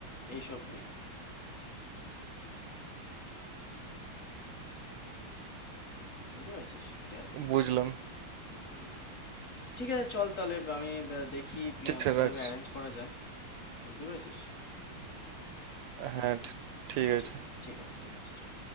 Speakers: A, on the left; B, on the right.
A: এইসব নিয়ে বুঝতে পেরেছিস এটাই আর কি
B: বুঝলাম
A: উম, ঠিক আছে চল তাহলে আমি আহ, দেখি
B: ঠিক
A: আহ,
B: আছে
A: কিভাবে
B: রাখ
A: অ্যারেঞ্জ করা যায় বুঝতে পেরেছিস
B: হ্যাঁ
A: হুম হুম
B: ঠিক আছে
A: ঠিক আছে ঠিক আছে ঠিক আছে চল